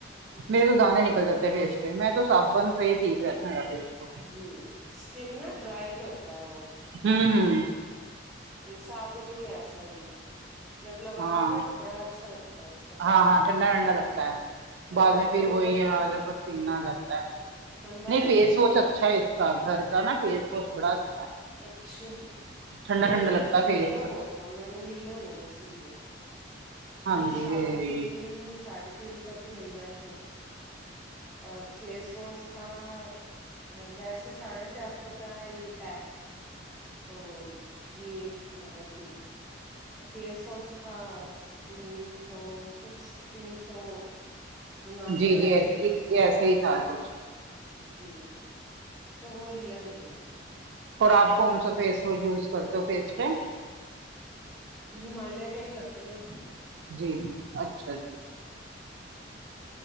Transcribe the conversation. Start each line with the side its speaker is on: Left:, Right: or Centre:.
Centre: جی
Right: میرے تو دانے نکل جاتے ہیں فیس پہ میں تو صابن ہی ٹھیک رہتا ہے میرا فیس کو
Centre: جی اسکن نا ڈرائی کرتا ہے وہ
Right: ہممم
Centre: جی صابن بھی ایسا ہی ہے جب لگاؤ
Right: ہاں
Centre: گے تو بڑا اچھا لگتا ہے اس کا صابن
Right: ہاں ہاں ٹھنڈا ٹھنڈا لگتا ہے
Centre: ٹھنڈا
Right: بعد میں پھر
Centre: تو نہیں
Right: وہی
Centre: لگتا
Right: حال
Centre: ا
Right: پسینہ آ جاتا ہے
Centre: ٹھنڈا تو
Right: فیس
Centre: نہیں لگتا
Right: واش اچھا ہے اس کا گھر کا نا فیس واش بڑا اچھا ہے
Centre: اچھا
Right: ٹھنڈا
Centre: فیس
Right: ٹھنڈا
Centre: واش
Right: لگتا ہے
Centre: مہنگا
Right: فیس
Centre: بہت تھا میں نے لیا نہیں اسی لیے
Right: ہاں
Centre: یہ
Right: جی
Centre: صابن تین ساڑھے تین سو کے مل گئے تھے اور فیس واش ہاں ویسے ساڑھے چار سو کا ہے یہ پیک تو یہ مطلب کہ فیس واش تھا س تین سو کچھ تین سو انسٹھ
Right: جی جی
Centre: ایسے ہی کچھ تھا
Right: ایسے ہی تھا کچھ
Centre: جی تو وہ لیا نہیں میں نے
Right: اور آپ کون سا فیس واش یوز کرتے ہو فیس پہ
Centre: ہمالیہ کا ہی کرتے ہیں
Right: جی جی اچھا جی